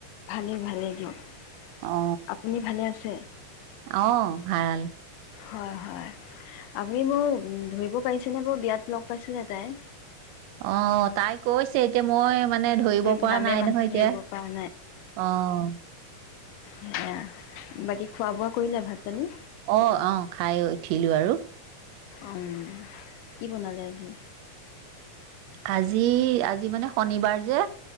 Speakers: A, on the left; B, on the right.
A: ভালেই <unintelligible>
B: অ
A: আপুনি ভালে আছে? <unintelligible>
B: অ', ভাল।
A: হয় হয়, আপুনি মোক ধৰিব পাৰিছেনে বাৰু? বিয়াত লগ পাইছিলে তাই।
B: অ'- অট্। তাই কৈছে, এতিয়া মই মানে ধৰিব
A: ধৰি
B: পৰা
A: নামে
B: নাই
A: মানুহে
B: নহয় এতিয়া,
A: ধৰিব পৰা
B: অ'।
A: ইয়া, বাকী খোৱা বোৱা কৰিলা ভাত পানী?
B: অ'--অ', খাই উঠিলোঁ আৰু।
A: অ', কি বনালে আজি?
B: আজি, আজি মানে শনিবাৰ যে?